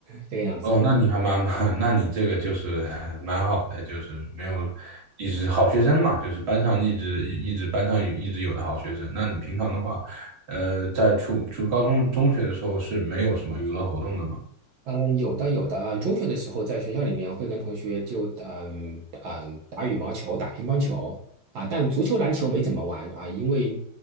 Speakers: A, on the right; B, on the right.
A: 这个样子。
B: 哦，那你还蛮蛮，<laughs> 那你这个就是 <laughs> 蛮好的，就是没有一直好学生嘛，就是班上一直一直班上有一直有的好学生。那你平常的话，呃，在初初高中中学的时候是没有什么娱乐活动的嘛？
A: 嗯，有的有的。嗯，中学的时候在学校里面会跟同学就嗯嗯打羽毛球、打乒乓球啊，但足球、篮球没怎么玩啊，因为